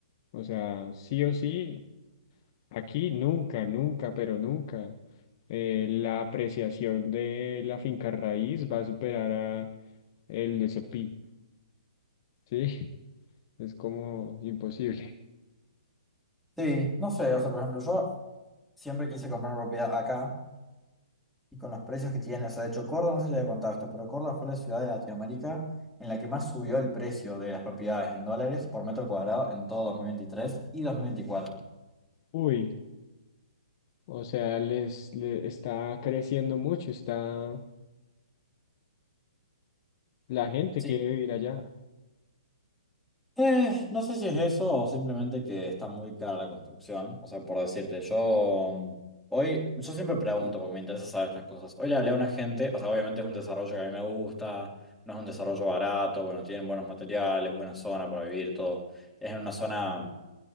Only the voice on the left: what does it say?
o sea, sí o sí. Aquí nunca, nunca, pero nunca. eh, la apreciación de la finca raíz va a superar a el S&P, ¿sí? <laughs> Es como imposible.
Sí.
Uy, o sea, les, le- está creciendo mucho, está, la gente
quiere vivir allá,